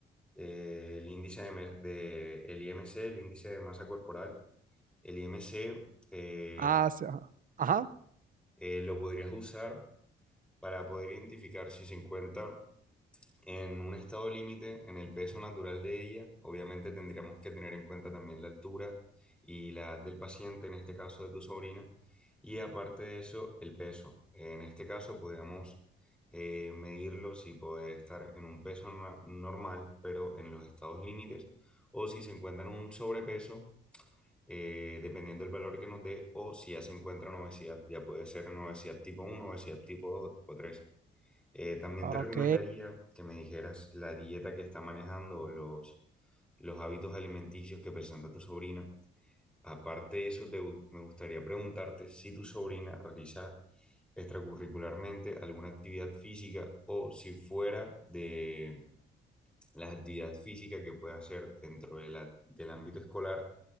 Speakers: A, in the centre; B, on the right.
A: eh, el índice de, me- de- el IMC, el índice de masa corporal. El IMC eh,
B: Ah, sí, ajá. Ajá.
A: eh, lo podrías usar para poder identificar si se encuentra En un estado límite, en el peso natural de ella, obviamente tendríamos que tener en cuenta también la altura y la edad del paciente, en este caso de tu sobrina, y aparte de eso, el peso. En este caso, podríamos eh, medirlo si puede estar en un peso na- normal, pero en los estados límites, o si se encuentra en un sobrepeso, eh, dependiendo del valor que nos dé, o si ya se encuentra en obesidad, ya puede ser en obesidad tipo uno, obesidad tipo 2, o tipo 3. Eh, también
B: Ok.
A: te recomendaría que me dijeras la dieta que está manejando o los, los hábitos alimenticios que presenta tu sobrina. Aparte de eso, te gu- me gustaría preguntarte si tu sobrina realiza extracurricularmente alguna actividad física o si fuera de las actividades físicas que puede hacer dentro de la- del ámbito escolar